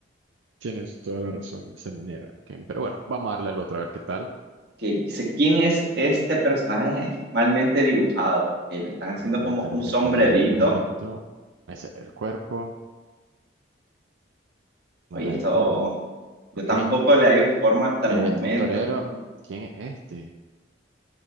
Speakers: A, on the right (about 75°); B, on the right (about 55°).
A: Tienes toda la razón de esa manera, Ken. Pero bueno, vamos a darle al otro a ver qué tal.
B: que dice, ¿quién es este personaje malmente dibujado? Que le están haciendo
A: Nuevamente,
B: como
A: a
B: un
A: ver
B: sombrerito.
A: qué tal, brerito. Ese el cuerpo,
B: Oye,
A: no le
B: esto
A: dio forma.
B: yo
A: Ok.
B: tampoco le hallo forma hasta
A: Eh,
B: el momento.
A: un torero,
B: fíjate.
A: ¿quién es este?